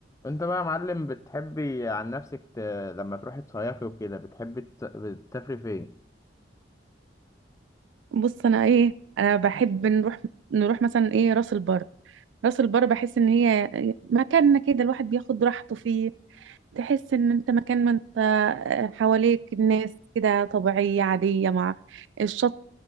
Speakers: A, on the left; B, on the right.
A: انت بقى يا معلم بتحبي عن نفسك ت... لما تروحي تصيفي وكده بتحبي تس- تسافري فين
B: بص انا ايه انا بحب نروح نروح مثلا ايه راس البر راس البر بحس ان هي مكاننا كده الواحد بياخد راحته فيه تحس ان انت مكان ما انت آه، حواليك الناس كده طبيعية عادية مع الشط